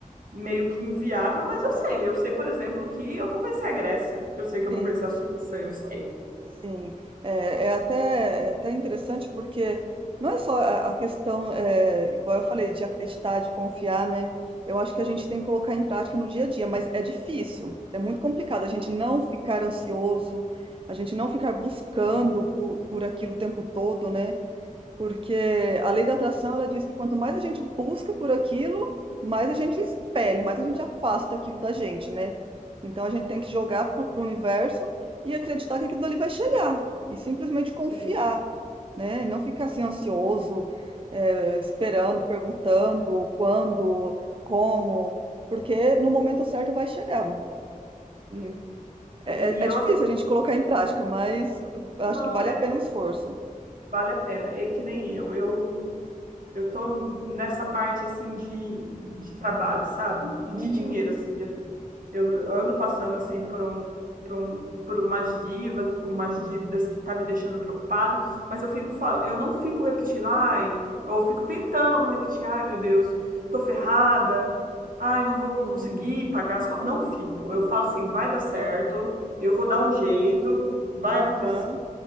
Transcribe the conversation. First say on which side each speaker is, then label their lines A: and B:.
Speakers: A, on the right (about 75°); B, on the right (about 40°).
A: meio que inviável, mas eu sei. Eu sei, por exemplo, que eu vou conhecer a Grécia. Eu sei que eu
B: sim,
A: vou conhecer a Suíça, eu sei.
B: sim. É, é até, é até interessante porque não é só a, a questão, é, igual eu falei, de acreditar, de confiar, né? Eu acho que a gente tem que colocar em prática no dia a dia, mas é difícil, é muito complicado a gente não ficar ansioso, a gente não ficar buscando por, por aquilo o tempo todo, né? Porque a lei da atração, ela diz que quanto mais a gente busca por aquilo, mais a gente expele, mais a gente afasta aquilo da gente, né? Então a gente tem que jogar pro, pro universo e acreditar que aquilo dali vai chegar. E simplesmente confiar,
A: Sim,
B: né? E não ficar assim ansioso, eh, esperando, perguntando quando, como, porque no momento certo vai chegar. né?
A: sim.
B: É,
A: E,
B: é- é
A: e eu,
B: difícil
A: assim,
B: a gente colocar em prática, mas acho
A: não,
B: que vale
A: é,
B: a pena o esforço.
A: Vale a pena. É que nem eu. Eu eu tô nessa parte assim de, de trabalho, sabe? E
B: Uhum,
A: de dinheiro assim. Eu, eu ando passando assim por um por um por umas dívidas, umas dívidas que tá me deixando preocupado, mas eu fico fal- eu não fico repetindo, ai, eu fico tentando não repetir, ai, meu Deus, tô ferrada. Ai, não vou
B: sim.
A: conseguir pagar as contas. Não fico. Eu falo assim, vai dar certo, eu vou dar um jeito, vai
B: Aham.
A: acontecer